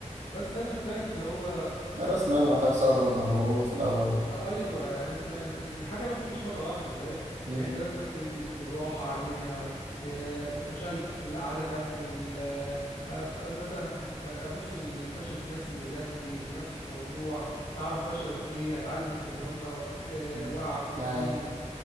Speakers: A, on the left (about 70°); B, on the right (about 70°).
A: بس ده محتاج اللي هو
B: ده راس ماله محتاج صبر ومجهود في الاول
A: وص- ايوه يعني انت ما... الحاجه ما بتجيش مره واحده فاهم
B: مم.
A: يعني انت لازم ت... ت... بالراحه عليها آه، فشلت لا عاد اكمل آه، آه، ط- مثلا آه، ابص لفشل الناس اللي جنبي في نفس الموضوع اعرف فشلوا في ايه اتعلم من اللي هم و- آه،
B: مم.
A: وقعوا
B: ده
A: فيه
B: حلو.